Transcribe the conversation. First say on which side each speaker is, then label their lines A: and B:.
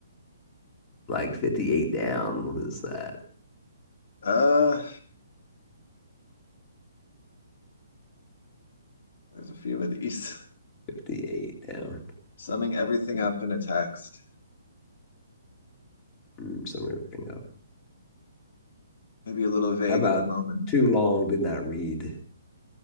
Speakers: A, on the left; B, on the left.
A: like 58 down. What is that?
B: Uh, There's a few of these.
A: 58 down.
B: <laughs> Summing everything up in a text.
A: Mm, summing everything up.
B: Maybe a little vague
A: How about
B: at the moment.
A: too long did not read